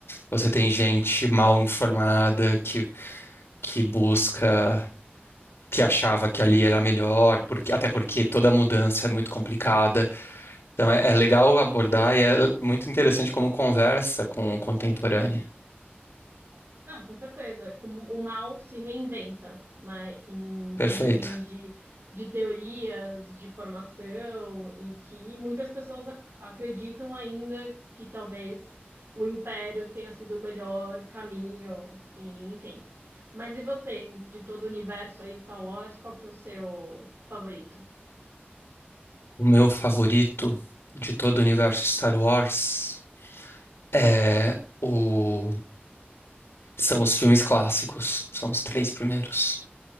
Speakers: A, on the left; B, on the right.
A: você tem gente mal informada que, que busca. Que achava que ali era melhor, porque, até porque toda mudança é muito complicada. Então é, é legal abordar e é muito interessante como conversa com o contemporâneo.
B: Não, com certeza. é Como o mal se reinventa, né? Em,
A: Perfeito.
B: em termos de, de teorias, de formação, e que muitas pessoas ac- acreditam ainda que talvez o império tenha sido o melhor caminho, e, enfim. Mas e você, de todo o universo aí, Star Wars, qual que é o seu favorito?
A: O meu favorito de todo o universo Star Wars é o... são os filmes clássicos. São os três primeiros.